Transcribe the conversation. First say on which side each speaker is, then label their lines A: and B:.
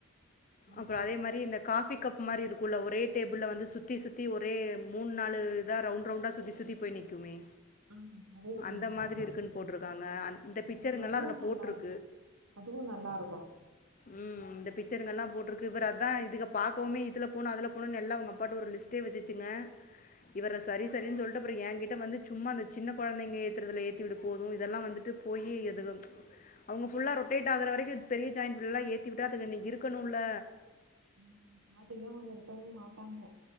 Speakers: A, on the right; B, on the left.
A: ஆமா
B: அப்ரோ அதே மாரி இந்த காபி கப் மாரி இருக்குல்ல ஒரே டேபிள்ல வந்து சுத்தி சுத்தி ஒரே மூணு நாலு த ரவுண்ட்ரவுண்டா சுத்தி சுத்தி போய் நிக்குமே
A: ஆமா அது இருக்குங்களா
B: அந்த மாதிரி இருக்குன்னு போட்ருக்காங்க அந் இந்த பிக்சருங்கல்லா
A: ஆ அதுவு
B: அதுல
A: நல்லா
B: போட்ருக்
A: அதுவு நல்லாருக்கு
B: ம் இந்த பிக்சருங்கல்லா போட்ருக்கு இவரு அதா இதுக பாக்கவுமே இதுல போணு அதுல போணும்னு எல்லா அவங்கப்பாட்ட ஒரு லிஸ்ட் டே வச்சிச்சுங்க இவர்ர சரி சரின்னு சொல்ட்டு அப்ரோ என்கிட்ட வந்து சும்மா இந்த சின்ன கொழந்தைங்க ஏத்துறதுல ஏத்திவிடு போது இதெல்லா வந்துட்டு போயி அதுக அவங்க ஃபுல்லா ரொட்டேட் ஆகுற வரைக்கு பெரிய ஜாயின்ஃபுல்லா ஏத்திவிட்டா அதுக இருக்கணும்ல
A: ம் அப்டிதா ஒவ்வொருத்தவங்க மாட்டாங்க